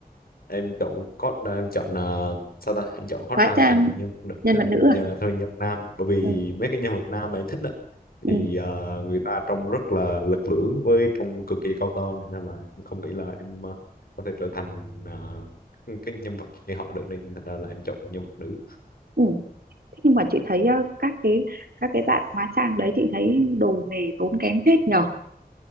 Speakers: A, on the left (about 70°); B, on the right (about 70°).
A: em chọn code em chọn là sao ta em chọn hot
B: hóa
A: rank
B: trang
A: thành nhân vật nữ
B: nhân
A: thay
B: vật nữ
A: vì nhờ-
B: à
A: thay vì nhân vật nam bởi vì
B: ừ,
A: mấy cái nhân vật nam mà em thích
B: ừ,
A: thì ờ, người ta trông rất là lực lưỡng với trông cực kỳ cao to nên là em không nghĩ là em ờ, có thể trở thành ờ, cái nhân vật như họ được nên thành ra là em chọn nhân vật nữ
B: ừ. Thế nhưng mà chị thấy ờ, các cái các cái bạn hóa trang đấy chị thấy đồ nghề tốn kém phết nhở